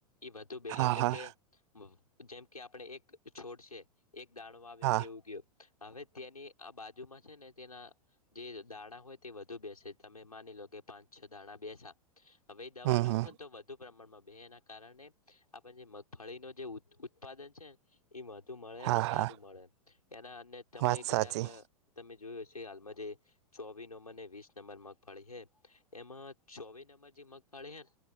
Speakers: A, on the left; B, on the right.
A: એ વધુ બે
B: હા
A: એટલે
B: હા
A: કે જેમ કે આપણે એક છોડશે એક દાણો આવે
B: હા
A: તેવું કું હવે તેની આ બાજુમાં છે ને તેના જે દાણા હોય તે વધુ બેસે તમે માની લો કે પાંચ છ દાણા બેસા હવે એ દવા
B: હમ
A: નાખો
B: હમ
A: ને તો વધુ પ્રમાણમાં બે એના કારણે આપણે જે મગફળીનું જે ઉત્પાદન છે. એ વધુ મળે અનેને
B: હા
A: સારું
B: હા
A: મળે એના અને તમે
B: વાત
A: એક
B: સાચી
A: જાક તમે જોયું હશે હાલમાં તે ચોવી નંબરને, વીસ નંબર મગફાળી છે એમાં ચોવી નંબર જે મગફાળી હેને